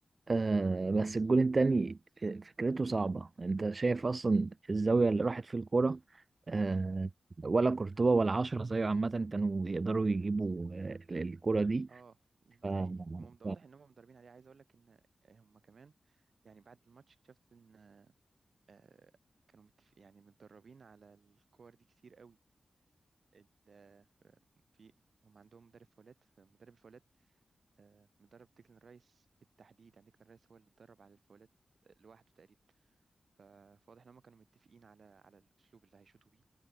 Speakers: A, on the right; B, on the right.
A: آه بس الجول التاني فكرته صعبة انت شايف اصلا الزاوية اللي راحت في الكورة آه ولا كورتوا ولا عشرة زيه عامة كانوا يقدروا يجيبوا آه الكورة دي
B: اه ده
A: ف...
B: حقيقي هم واضح
A: ف-
B: ان هم مدربين عليه عايز اقول لك ان هم كمان يعني بعد الماتش اكتشفت ان آه، كانوا متفق يعني متدربين على الكور دي كتير قوي ال- آه، في هم عندهم مدرب فاولات فمدرب الفاولات آه، مدرب ديكلان رايس بالتحديد يعني ديكلان رايس هو اللي اتدرب على الفاولات آه، لوحده تقريبا ف- فواضح ان هم كانوا متفقين على على الاسلوب اللي هيشوطوا بيه